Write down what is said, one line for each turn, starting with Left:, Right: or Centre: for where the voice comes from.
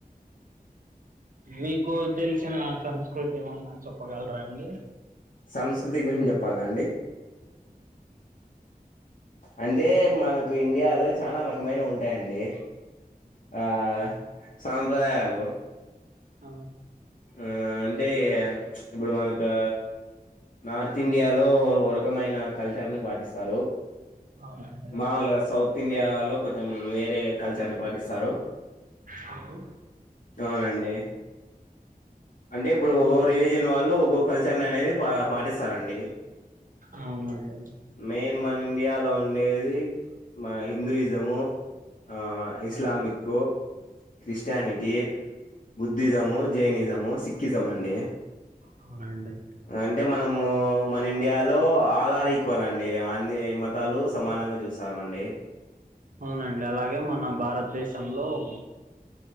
Right: మీకు తెలిసిన సంస్కృతి ఏమన్నా చెప్పగలరా అండి
Left: సంస్కృతి గురించి చెప్పాల అండి అంటే మనకు ఇండియాలో చాలా రకమైన ఉంటాయండి ఆ సాంప్రదాయాలు
Right: అ
Left: ఆ అంటే ఇప్పుడు మనకు నార్త్ ఇండియాలొ వరకు మైన కల్చర్ ని పాటిస్తారు
Right: అవునండి
Left: మామూలుగా సౌత్ ఇండియాలో కొంచెం వేరే కల్చర్ ని పాటిస్తారు <inaudible>
Right: అహ్ వు
Left: అవునండి అంటే ఇప్పుడు ఒక్కో రిలీజియన్ వాళ్ళు ఒక్కో కల్చర్ ననేది పా పాటిస్తారండి
Right: అవునాండి
Left: మెయిన్ మన ఇండియాలో ఉండేది మ హిందూయిజము ఆ ఇస్లామిక్కు క్రిస్టానిటీ బుద్ధిజము జైనిజము సిక్కిజం అండి
Right: అవునండి
Left: అ అంటే మనమూ మన్ ఇండియాలో ఆలార్ ఈక్వల్ అండి అన్ని మతాలు సమానంగా జూస్తాం అండి
Right: అవునండ్ అలాగే మన భారతదేశంలో ఉ